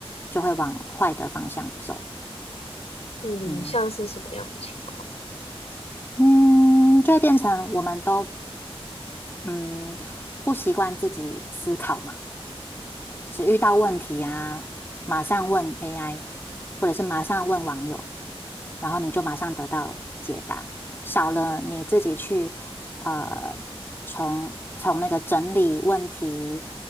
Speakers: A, on the left; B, on the left.
A: 就会往坏的方向走。
B: 嗯，
A: 嗯
B: 像是什么样的情况？
A: 嗯，就会变成我们都嗯不习惯自己思考嘛。就是遇到问题啊，马上问 AI，或者是马上问网友，然后你就马上得到解答，少了你自己去呃从从那个整理问题，